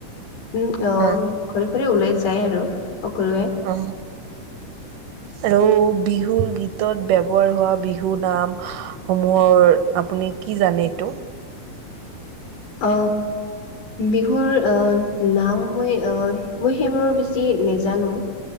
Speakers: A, on the left (about 85°); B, on the right (about 85°).
A: উম, অ,
B: হয়
A: ঘৰে-ঘৰে ওলাই যায় আৰু সকলোৱে।
B: অ। আৰু বিহুৰ গীতত ব্যৱহাৰ হোৱা বিহু নাম- সমূহৰ আপুনি কি জানে এইটো?
A: অ, বিহুৰ আহ নাম মই অ মই সেইবোৰৰ বেছি নেজানো।